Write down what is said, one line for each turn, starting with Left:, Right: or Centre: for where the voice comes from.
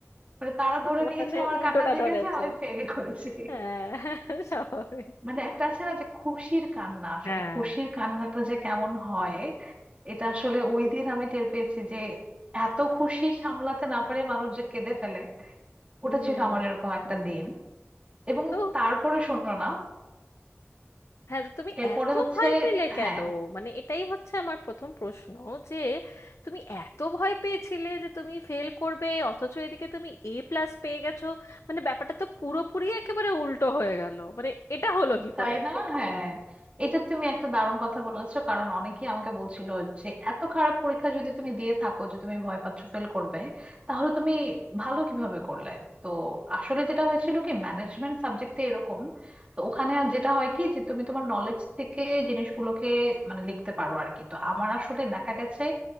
Right: মানে তারা ধরে
Left: মানে
Right: নিয়েছে আমার
Left: উল্টোটা
Right: কান্না দেখেছে
Left: ধরেছে
Right: আমি ফেল করেছি
Left: হ্যাঁ স্বাভাবিক
Right: মানে একটা আছে না যে খুশির কান্না আসলে
Left: হ্যাঁ
Right: খুশির কান্নাটা যে কেমন হয় এটা আসলে ওই দিন আমি টের পেয়েছি যে এত খুশি সামলাতে না পারে মানুষ যে কেঁদে ফেলে ওটা
Left: হুম
Right: ছিল আমার এরকম একটা দিন এবং
Left: তো
Right: তারপরে শোনো না
Left: হ্যাঁ তো তুমি
Right: এরপরে
Left: এত
Right: হচ্ছে
Left: ভয় পেলে কেন
Right: হ্যাঁ
Left: মানে এটাই হচ্ছে আমার প্রথম প্রশ্ন যে তুমি এত ভয় পেয়েছিলে যে তুমি ফেল করবে অথচ এদিকে তুমি এ প্লাস পেয়ে গেছো মানে ব্যাপারটা তো পুরোপুরি একেবারে উল্টো হয়ে গেল মানে এটা হলো কি
Right: তাই
Left: করে
Right: না হ্যাঁ এটা তুমি একটা দারুণ কথা বলেছো কারণ অনেকেই আমাকে বলছিল যে এত খারাপ পরীক্ষা যদি তুমি দিয়ে থাকো যে তুমি ভয় পাচ্ছ ফেল করবে তাহলে তুমি ভালো কিভাবে করলে তো আসলে যেটা হয়েছিল কি ম্যানেজমেন্ট সাবজেক্টে এরকম তো ওখানে আর যেটা হয় কি যে তুমি তোমার নলেজ থেকে জিনিসগুলোকে মানে লিখতে পারো আর কি তো আমার আসলে দেখা গেছে